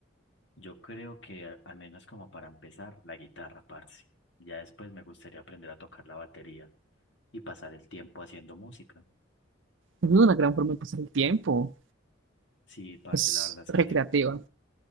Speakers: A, on the left; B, on the right.
A: Yo creo que a- al menos como para empezar, la guitarra, parce. Ya después me gustaría aprender a tocar la batería y pasar el tiempo haciendo música.
B: Es una gran forma de pasar el tiempo.
A: Sí, parce,
B: es
A: la verdad es
B: recreativa.
A: que